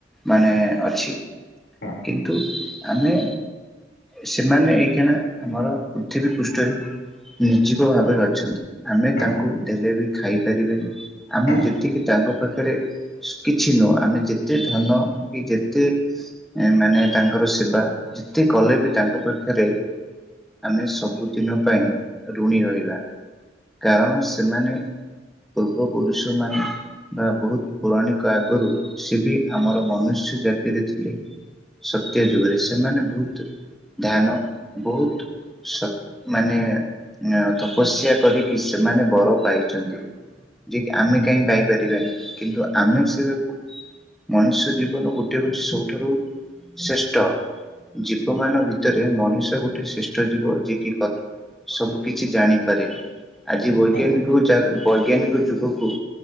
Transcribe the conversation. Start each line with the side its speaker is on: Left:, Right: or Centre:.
Centre: ମାନେ ଅଛି
Left: ହଁ।
Centre: କିନ୍ତୁ ଆମେ ସେମାନେ ଏଇକିନା ଆମର ପୃଥିବୀ ପୃଷ୍ଠରେ ନିର୍ଜୀବ ଭାବରେ ଅଛନ୍ତି। ଆମେ
Left: ହୁଁ
Centre: ତାଙ୍କୁ ଦେଲେ ବି ଖାଇପାରିବେନି। ଆମେ
Left: ହୁଁ
Centre: ଯେତିକି ତାଙ୍କ ପାଖରେ- କିଛି ନୁହଁ। ଆମେ ଯେତେ ଧନ କି ଯେତେ- ଏ ମାନେ ତାଙ୍କର ସେବା ଯେତେ କଲେ ବି ତାଙ୍କ ପାଖେରେ ଆମେ ସବୁଦିନ ପାଇଁ ଋଣୀ ରହିବା କାରଣ ସେ ସେମାନେ ପୁ ପୂର୍ବପୁରୁଷ ମାନେ ବା ବହୁତ୍ ପୌରାଣିକ ଆଗରୁ ସିଏ ବି ଆମର ମନୁଷ୍ୟ ଜା - ରେ ଥିଲେ। ସତ୍ୟ ଯୁଗରେ ସେମାନେ ବହୁତ ଧ୍ୟାନ ବହୁତ ସତ ମାନେ ତପସ୍ୟା କରିକି ସେମାନେ ବର ପାଇଛନ୍ତି। ଯେ କି ଆମେ କାହିଁ ପାଇପାରିବାନି କିନ୍ତୁ ଆମେ ସେ ମନୁଷ୍ୟ ଜୀବନ ଗୋଟିଏ ହେଉଛି ସବୁଠାରୁ ଶ୍ରେଷ୍ଠ। ଜୀବ ମନଙ୍କ ଭିତରେ ମଣିଷ ଗୋଟେ ଶ୍ରେଷ୍ଠ ଜୀବ। ଯିଏ କି ସବୁ କିଛି ଜାଣିପାରେ। ଆଜି ବୈଜ୍ଞାନିକକୁ
Left: ହୁଁ
Centre: ଜାଣି ବୈଜ୍ଞାନିକ ଯୁଗକୁ